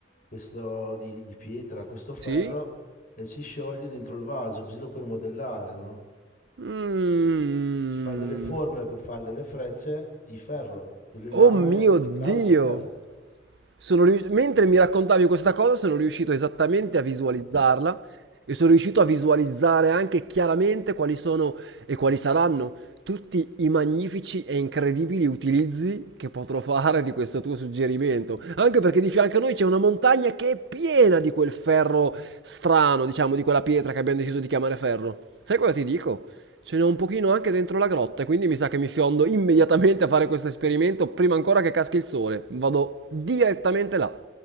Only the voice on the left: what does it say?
questo di, di pietra, questo ferro
e si scioglie dentro il vaso, così lo puoi modellare, no?
Ci fai delle forme per fare delle frecce di ferro, delle
lame,
delle
clave di ferro.